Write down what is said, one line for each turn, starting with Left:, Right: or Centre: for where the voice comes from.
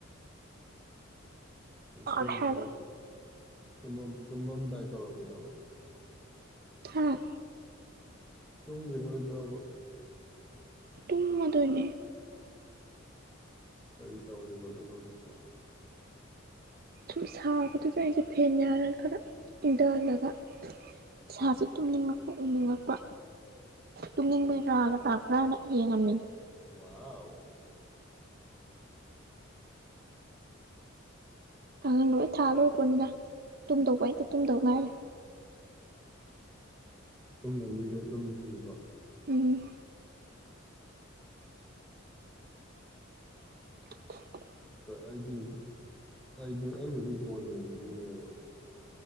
Right: ꯋꯥꯔꯦ
Centre: ꯇꯨꯡ
Right: ꯍꯥꯏꯕ
Centre: ꯂꯩꯣ ꯇꯨꯝ ꯇꯨꯝꯃꯝꯗꯥꯏ ꯇꯧꯔꯝꯃꯤꯔꯕ
Right: ꯍꯥꯥ
Centre: ꯇꯨꯡꯈꯤꯔꯣꯏꯗ꯭ꯔꯕ
Right: ꯇꯨꯡꯃꯗꯅꯦ
Centre: ꯇꯔ ꯇꯔꯕꯗ ꯐꯁꯤꯦ ꯄ
Right: ꯁꯨꯝ ꯁꯥꯕꯗꯨꯗ ꯑꯩꯁꯦ ꯐꯦꯟ ꯌꯥꯔꯒ ꯈꯔ ꯏꯟꯊꯍꯜꯂꯒꯁꯥꯁꯦ ꯇꯨꯝꯅꯤꯡꯉꯛꯄ ꯎꯅꯤꯡꯉꯛꯄ ꯇꯨꯡꯅꯤꯡꯕꯔꯥꯑꯒ ꯂꯥꯛꯄ꯭ꯔꯥꯅ ꯌꯦꯡꯉꯝꯃꯤꯅ
Centre: ꯋꯥꯎ
Right: ꯀꯥꯡꯉꯪ ꯂ ꯂꯣꯏ ꯊꯥ ꯂꯣꯏꯔ ꯄꯣꯠꯅꯤꯗ ꯇꯨꯝꯗꯧꯕ ꯑꯩꯗ ꯇꯨꯝꯗꯧ ꯉꯥꯏꯔꯦ
Centre: ꯇꯨꯝꯅ ꯃꯤꯗ ꯇꯨꯝꯗ꯭ꯔꯤꯕ
Right: ꯎꯝ <unintelligible>
Centre: ꯑꯩꯗꯤ ꯑꯩꯗꯤ ꯑꯩꯕꯨꯗꯤ ꯕꯣꯟ ꯌꯦꯡꯈꯤꯗꯣꯏꯅꯦꯕ